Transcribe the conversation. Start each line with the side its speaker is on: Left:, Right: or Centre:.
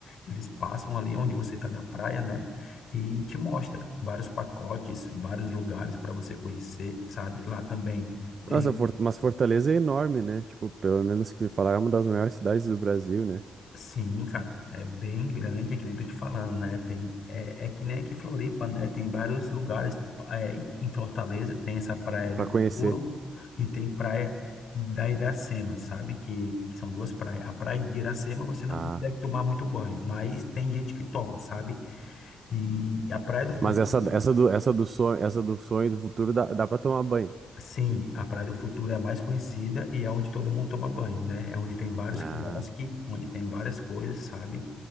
Left: eles passam ali onde você está na praia, né? E te mostra vários pacotes, vários lugares para você conhecer, sabe? Lá também. Tem
Right: Nossa, For- mas Fortaleza é enorme, né? Tipo, pelo menos que me falaram, é uma das maiores cidades do Brasil, né?
Left: Sim, cara, é bem grande, é que nem tô te falando, né? Tem, é, é que nem aqui em Floripa, né? Tem vários lugares, é, em Fortaleza tem essa Praia do
Right: Pra
Left: Futuro
Right: conhecer.
Left: e tem Praia da Iracema, sabe? Que, que são duas praias. A Praia de Iracema você não
Right: Ah,
Left: consegue tomar muito banho, mas tem gente que toma, sabe? E a Praia do Futuro
Right: mas essa, essa do, essa do sonho, essa do sonho do futuro dá, dá pra tomar banho.
Left: Sim, a Praia do Futuro é a mais conhecida e é onde todo mundo toma banho, né? É onde tem vários
Right: Ah,
Left: quiosques, onde tem várias coisas, sabe?